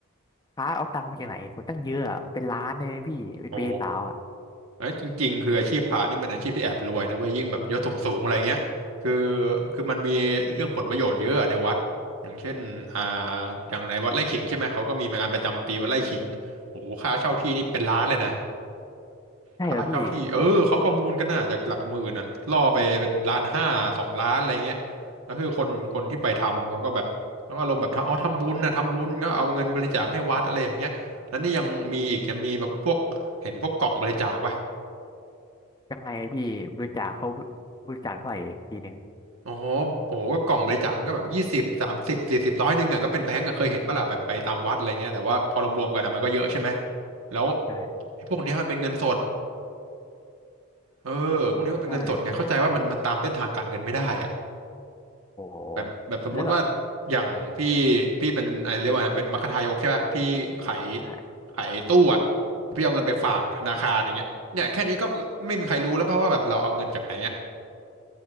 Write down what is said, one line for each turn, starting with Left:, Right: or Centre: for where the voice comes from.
Left: พระเอาตังค์มาจากไหนตั้งเยอะอะเป็นล้านเลยนะพี่ไปเปย์สาวอ่ะ
Right: โอ้ เอ้ยจริงๆคืออาชีพพระนี่เป็นอาชีพที่แอบรวยนะเว้ยยิ่งแบบยศสูงๆอะไรเงี้ยคือคือมันมีเรื่องผลประโยชน์เยอะอะในวัดอย่างเช่นอ่าอย่างในวัดไร่ขิงใช่ไหมเขาก็มีงานประจำปีวัดไร่ขิงโอ้โหค่าเช่าที่นี่เป็นล้านเลยนะ
Left: ใช่เหรอพี่โห
Right: ค่าเช่าที่เออเขาประมูลกันน่ะจากหลักหมื่นน่ะล่อไปเป็นล้านห้าสองล้านอะไรเงี้ยแล้วคือคนคนที่ไปทำเขาก็แบบเขาอารมณ์แบบทำอ๋อทำบุญน่ะทำบุญก็เอาเงินบริจาคให้วัดอะไรอย่างเงี้ยแล้วนี่ยังมีอีกยังมีแบบพวกเห็นพวกกล่องบริจาคปะ
Left: ยังไงพี่บริจาคเขาบริจาคเท่าไหร่ทีหนึ่ง
Right: อ๋อโหก็กล่องบริจาคมันก็แบบยี่สิบสามสิบสี่สิบร้อยหนึ่งอ่ะก็เป็นแบงก์อะเคยเห็นปะล่ะแบบไปตามวัดอะไรเงี้ยแต่ว่าพอรวมๆกันอะมันก็เยอะใช่ไหมแล้ว
Left: ใช่
Right: ไอ้พวกเนี้ยมันเป็นเงินสดเออพวกนี้มันเป็นเงินสดไงเข้าใจว่ามันมันตามเส้นทางการเงินไม่ได้อ่ะ
Left: ใช่โห
Right: แบบแบบสมมุติว่า
Left: แล้วแบบ
Right: อย่างพี่พี่เป็นอะไรเรียกว่านะเป็นมัคทายกใช่ป่ะ พี่ขาย
Left: ใช่
Right: ขายตู้อ่ะพี่เอาเงินไปฝากธนาคารอย่างเงี้ยเนี่ยแค่นี้ก็ไม่มีใครรู้แล้วป่ะว่าแบบเราเอาเงินจากไหนอ่ะ